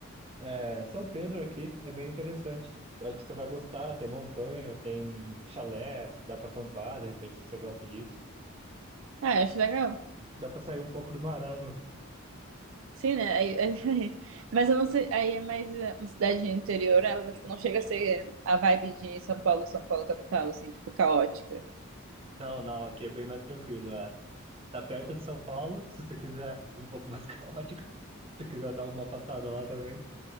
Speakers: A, on the right; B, on the right.
A: é, São Pedro aqui, é bem interessante. Eu Acho que você vai gostar. Tem montanha, tem chalé, dá pra acampar, de repente, se você gosta disso.
B: Ah, eu acho legal.
A: Dá pra sair um pouco do marasmo.
B: Sim, né? Aí- <laughs> mas eu não sei. Aí é mais é, uma cidade interior, ela, tipo, não chega a ser a vibe de São Paulo, São Paulo capital, assim, tipo, caótica.
A: Não, não, aqui é bem mais tranquilo. Tá perto de São Paulo, se você quiser um pouco mais <laughs> caótico, se você quiser dar uma passada lá também.